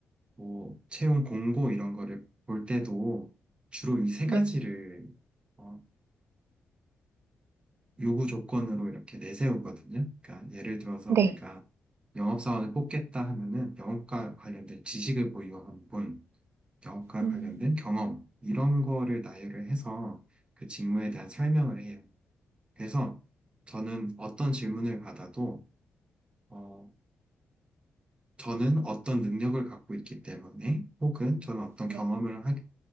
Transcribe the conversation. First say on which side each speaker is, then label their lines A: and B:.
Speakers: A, on the right; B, on the right.
A: 뭐 채용 공고 이런 거를 볼 때도 주로 이 세
B: 네,
A: 가지를 어, 요구 조건으로 이렇게 내세우거든요. 그러니까 예를 들어서
B: 네.
A: 우리가 영업사원을 뽑겠다 하면은 영업과 관련된 지식을 보유한 분, 영업과
B: 음,
A: 관련된 경험 이런 거를 나열을 해서 그 직무에 대한 설명을 해요. 그래서 저는 어떤 질문을 받아도 어, 저는 어떤 능력을 갖고 있기 때문에 혹은 저는 어떤
B: 네,
A: 경험을 하-